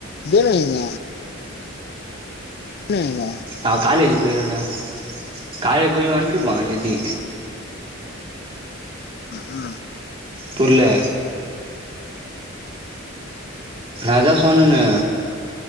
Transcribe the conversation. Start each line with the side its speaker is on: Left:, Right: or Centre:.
Left: இதன இங்க ஏங்க
Right: அவ காலேஜு போய்ருவான்டா காலேஜ் போய் வந்டுருப்பா இன்னேத்தி
Left: ஆ ஆ
Right: புர்ல அதா சொன்னனே